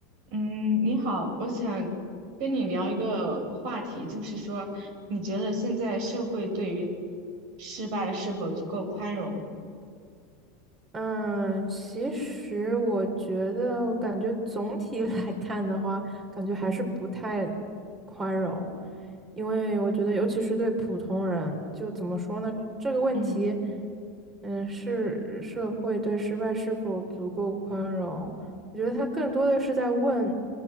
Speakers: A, on the right; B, on the right.
A: 嗯，你好，我想跟你聊一个话题，就是说，你觉得现在社会对于失败是否足够宽容呢？
B: 嗯，其实我觉得，我感觉总体 <laughs> 来看的话，感觉还是不太
A: 嗯
B: 宽容，因为我觉得，尤其是对普通人，就怎么说呢，这个问题，
A: 嗯
B: 嗯，是社会对失败是否足够宽容，我觉得他更多的是在问